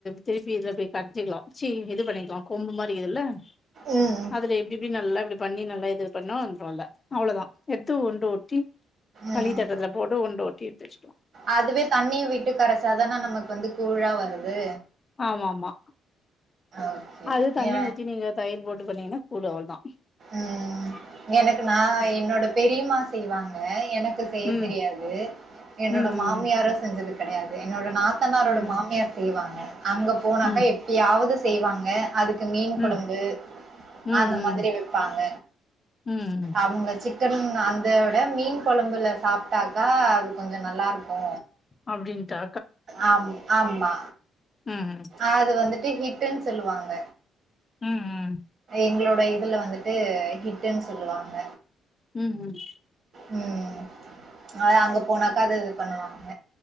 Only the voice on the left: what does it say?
திருப்பி இதுல போய் க்சிக்கலாம் சி இது பண்ணிக்கலாம் கொம்பு மாதிரி <unintelligible>
அதுல எப்டி போய் நல்லா இப்டி பண்ணி நல் இது பண்ணும் வந்துரும்ல அவ்வளவுதான் எடுத்து உண்டு ஓட்டி
பளித்தட்டத்துல போட்டு உண்ட வுட்டி எடுத்துச்சுட்டோம்
ஆமா ஆமா
அது தண்ணி
ஊத்தி நீங்க தயிர் போட்டு பண்ணீங்கன்னா <unintelligible> தான்
ம்
ம்
ம் ம்
ம்
ம்
ம்
ம்
ம்
அப்படின்டா
ம்
உம் உம்
உம் உம்